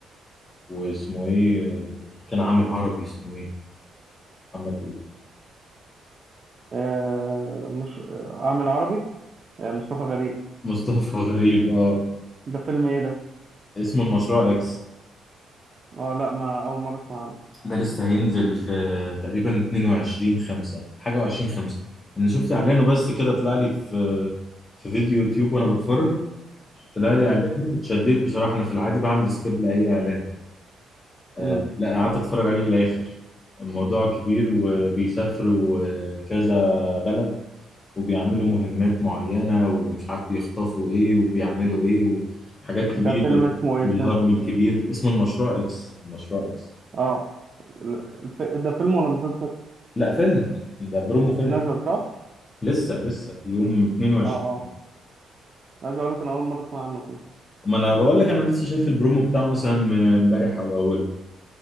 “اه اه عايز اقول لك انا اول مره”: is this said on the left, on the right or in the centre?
Right